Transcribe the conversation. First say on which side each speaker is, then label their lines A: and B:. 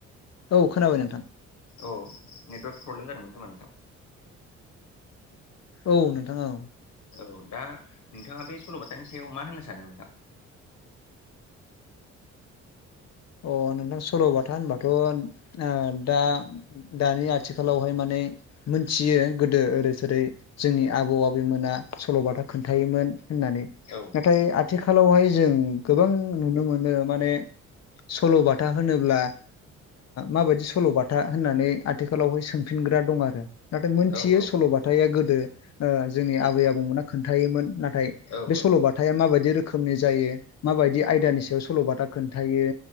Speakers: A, on the left; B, on the left.
A: औ खोनाबाय नोंथां
B: औ नेटवार्क प्रब्लेम जादोंमोन खोमा नोंथां
A: औ नोंथां औ
B: औ दा नोंथाङा बे सल'बाथानि सायाव मा होननो सानो नोंथां
A: अ नोंथां सल'बाथा होनबाथ' दा दानि आथिखालावहाय माने मोनथियो गोदो ओरैसोरै जोंनि आबौ आबैमोना सल'बाथा खोन्थायोमोन होननानै
B: औ
A: नाथाय आथिखालावहाय जों गोबां नुनो मोनो माने सल'बाथा होनोब्ला माबायदि सल'बाथा होननानै आथिखालावहाय सोंफिनग्रा दं आरो नाथाय मोनथियो
B: औ औ
A: सल'बथाया गोदो जोंनि आबै आबौमोना खोन्थायोमोन नाथाय
B: औ
A: बे
B: औ
A: सल'बाथा माबायदि रोखोमनि जायो माबायदि आयदानि सायाव सल'बाथा खोन्थायो